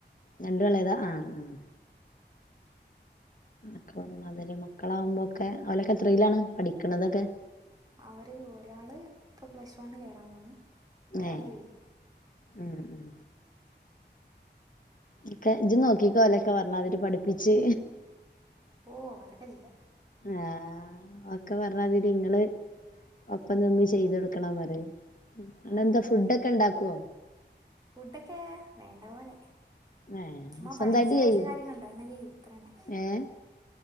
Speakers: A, on the left; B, on the right.
A: രണ്ടും ഇളെയെതാ ആഹ് ആ ക്കെ അതില് മക്കളാവുമ്പോക്കെ അവലൊക്കെ എത്രയിലാണ് പഠിക്കണതൊക്കെ
B: അവര് ഒരാള് ഇപ്പ പ്ലസ് വണ് കയറാൻ പോകുന്ന് ഒരാള്
A: ഏ
B: എഴില്
A: ഉം ഉം ക്കെ ജിം നോക്കിക്കൊ ഓലൊക്കെ പറഞ്ഞ മാതിരി പഠിപ്പിച്ച്
B: ഓ അതൊക്കെ ചെയ്യാം
A: ആഹ ഒക്കെ പറഞ്ഞാതിടി നിങ്ങള് ഒപ്പ നിന്ന് ചെയ്തൊടുക്കണം പറയ് അടെന്താ
B: അതല്ല അത്രേള്ളു
A: ഫുഡൊക്കെ ഇണ്ടാക്കുവോ
B: ഫുഡൊക്കെ വേണ്ട പോലെ
A: ഏ
B: അമ്മ
A: സ്വന്തായിട്ട്
B: പഠിപ്പിച്ച കുറച്ച
A: ചെയ്യും
B: കാര്യങ്ങളണ്ട് അത് അങ്ങ് ചെയ്യും അത്ര തന്നെ
A: ഏ